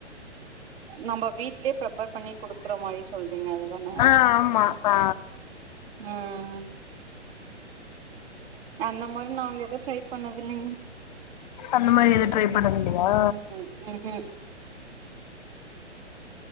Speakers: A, on the right; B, on the left.
A: நம்ப வீட்லயே ப்ரிப்பர் பண்ணி குடுக்குற மாரி சொல்றீங்க அதுதான
B: ஆ ஆமா ஆ
A: ம் அந்த மாரி நாங்க எது ட்ரை பண்ணதில்லீங்க
B: அந்த மாரி எது ட்ரை பண்ணதில்லயா
A: ம்ம்